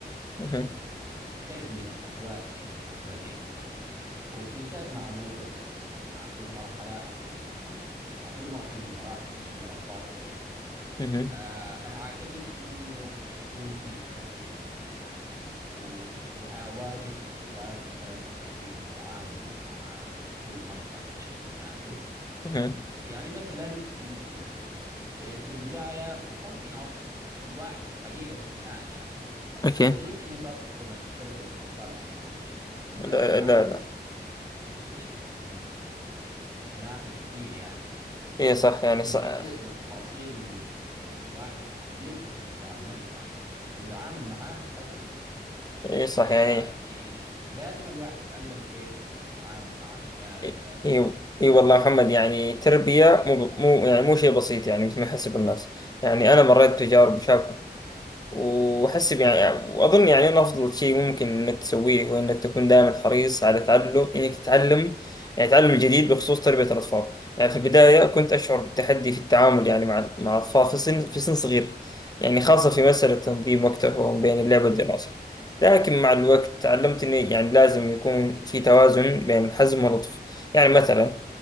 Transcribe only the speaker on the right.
في التربية هتواجه هتواجهني وبتزداد مع مرور الوقت يعني مع كل مرحلة أعتقد إنه مع كل مرحلة من مراحل نمو الأطفال اللي عندي
آه أنا أعتقد إنه حيكون في تحدي جديد و- وهواجه صعوبات مثلا في كيفية التعامل مع كل مرحلة بشكل مناسب
يعني مثلا ال- في في البداية ممكن أظ... الواحد حقيقة الآن يعني
بيظن إن تربية ال- تربية الأطفال أمر بسيط لكن
مع
الوقت
يعني بيكتشف إن هناك الكثير يعني
وفي
الكثير من التفاصيل اللي يعني الواحد يجب أن يتعلمها ويتعامل معاها بقدر
يعني
لازم الواحد يتعلم كيف يتعامل مع أولاده
كذا